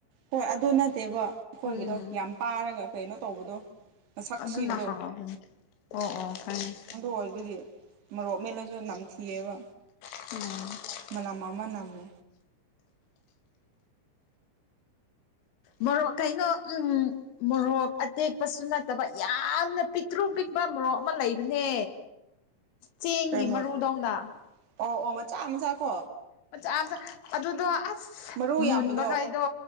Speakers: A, on the right; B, on the left.
A: ꯍꯣꯏ ꯑꯗꯨ ꯅꯠꯇꯦꯕ ꯑꯩꯈꯣꯏꯒꯤꯗꯣ
B: ꯎꯝ
A: ꯌꯥꯝ ꯄꯥꯔꯒ ꯀꯩꯅꯣ ꯇꯧꯕꯗꯣ ꯃꯁꯛ
B: ꯑꯗꯨꯅ
A: ꯊꯤꯕꯗꯣ
B: ꯍꯥꯡꯕꯅꯤ ꯑꯣ ꯑꯣ ꯐꯪꯉ
A: ꯑꯗꯨ ꯑꯣꯏꯕꯒꯤ ꯃꯣꯔꯣꯛ ꯃꯦꯠꯂꯁꯨ ꯅꯝꯊꯤꯑꯦꯕ
B: ꯎꯝ
A: ꯃꯥꯃ ꯃ ꯅꯅꯥꯝꯨ
B: ꯃꯔ ꯀꯩꯅꯣ ꯎꯝ ꯃꯣꯔꯣꯛ ꯑꯇꯦꯛꯄꯁꯨ ꯅꯠꯇꯕ ꯌꯥꯝꯅ ꯄꯤꯛꯇ꯭ꯔꯨ ꯄꯤꯛꯄ ꯃꯣꯔꯣꯛ ꯑꯃ ꯂꯩꯕꯅꯦ ꯆꯦꯡꯒꯤ
A: ꯀꯩ ꯃꯣꯔꯣꯛ
B: ꯃꯔꯨꯗꯧꯅ
A: ꯑꯣ ꯑꯣ ꯃꯆꯥ ꯃꯆꯥ ꯀꯣ
B: ꯃꯆꯥ ꯑꯃꯆꯥ ꯑꯗꯨꯗꯣ ꯑꯁ
A: ꯃꯔꯨ
B: ꯃꯨꯟꯕꯈꯥꯏꯗꯣ
A: ꯌꯥꯝꯕꯗꯣ